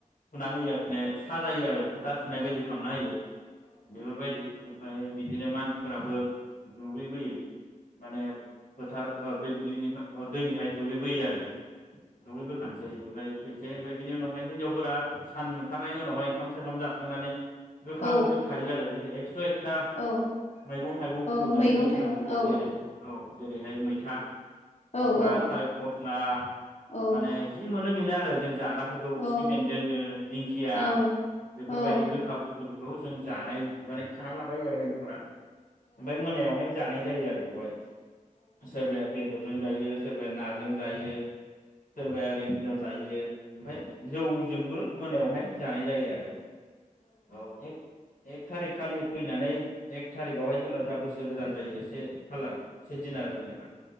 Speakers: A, on the left; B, on the left.
A: सुना होयो माने साजायो आरो फोथा थुनाय बायदि खालामना होयो। बेफोरबायदि ओमफाय बिदिनो मानसिफोराबो दुगै बोयो माने फोथार ओ बे दुब्लिनि अ दैनिफ्राय दुगैब बोयो आरो दुगै बोखानोसै ओमफाय फैसै ओमफाय बिनि उनावहाय हिनजावफोरा स सान ओंखारनायनि उनावहाय ओंखाम सोखाम जाखांनानै गोखा
B: औ
A: गोखै खायो आरो जेरै एकस' एकथा
B: औ
A: मैगं थाइगंफोरखौ
B: औ
A: जायो
B: मैगं
A: गोखा
B: थाइगं
A: गोखै
B: औ
A: जेरै औ जेरैहाय मैथा ।
B: औ
A: मैथा
B: औ
A: थालि फथ फस्ला
B: औ
A: माने जि मोनो बेनो आरो जों जाग्राफोरखौ
B: औ
A: खिफि बेन्दों ओ दिंखिया
B: औ
A: बेफोरबायदि
B: औ
A: गोखा बुस्थुफोरखौ जों जानाय माने खाना लाबाय आरो हिन्जावफोरा ओमफाय मोनायाव हाय जानाय जायो आरो बेखौहाय। सोरबाया बेदर जायोस सोरबाया नाजों जायो सोरबाया ओरैनो गोजा जायो ओमफाय जौजोंबो मोनायावहाय जानाय जायो आरो औ एक एक थारिख खालि फैनानै एक थारिख आवहाय जेब्ला जा बोसोर गोदान जायो से खालार से दिनार आरो जेनेब ‌।